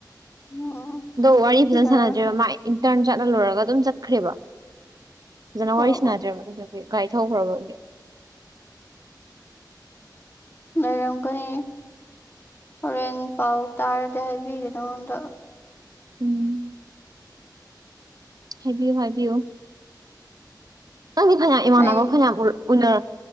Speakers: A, on the left; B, on the right.
A: ꯎꯝ
B: ꯑꯗꯣ ꯋꯥꯔꯤ ꯐꯖꯅ
A: ꯐꯖꯔꯦ
B: ꯁꯥꯟꯅꯗ꯭ꯦꯔꯤꯕ ꯃꯥ ꯏꯟꯇꯔꯟ ꯆꯠꯂ ꯂꯣꯏꯨꯔꯒ ꯑꯗꯨꯝ ꯆꯠꯈ꯭ꯔꯦꯕ ꯐꯖꯅ
A: ꯑꯣ
B: ꯋꯥꯔꯤ ꯁꯅꯗ꯭ꯔꯦꯕ
A: ꯑꯣ
B: ꯑꯗꯨꯗꯒꯤ ꯒꯥꯔꯤ ꯊꯧꯈ꯭ꯔꯕꯒꯤ
A: ꯂꯩꯔꯝ ꯀꯅꯤ ꯍꯣꯔꯦꯟ ꯄꯥꯎ ꯇꯥꯔꯗꯤ ꯍꯥꯏꯕꯤꯒꯦ ꯅꯉꯣꯟꯗ
B: ꯎꯝ ꯍꯥꯏꯕꯤꯌꯨ ꯍꯥꯏꯕꯤꯌꯨ ꯅꯪꯗꯤ ꯐꯅꯌꯥꯝ ꯏꯃꯥꯟꯅꯕ
A: ꯑꯩ
B: ꯐꯅꯌꯥꯝ ꯎꯅꯔ